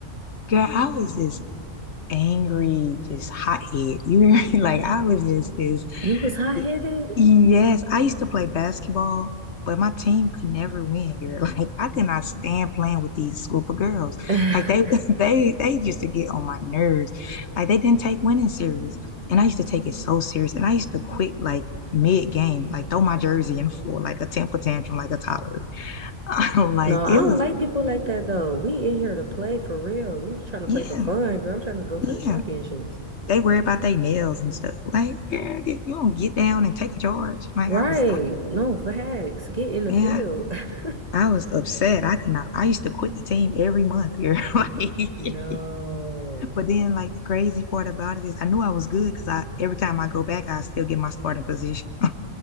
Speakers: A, on the left; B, on the right.
A: Girl, I was this angry, just hothead. You hear me? <laughs> Like I was just this.
B: You was hot-headed?
A: th- Yes, I used to play basketball, but my team could never win. Girl, <laughs> like I could not stand playing with these group of girls.
B: <laughs>
A: Like they, <laughs> they, they used to get on my nerves. Like they didn't take winning serious, and I used to take it so serious. And I used to quit like mid game, like throw my jersey in the floor, like a temper tantrum, like a toddler. <laughs> like,
B: No,
A: it
B: I don't
A: was,
B: like people like that though. We in here to play for real. You just trying to
A: yeah,
B: play for fun, girl. I'm trying to go
A: yeah.
B: to the championships.
A: They worry about their nails and stuff. Like, yeah, you don't get down and take a charge. Like,
B: Right.
A: I was like,
B: No, facts. Get in the
A: yeah,
B: field. <laughs>
A: I was upset. I could not, I used to quit the team every month, girl. <laughs> Like,
B: No.
A: but then, like, the crazy part about it is I knew I was good because I, every time I go back, I still get my starting position.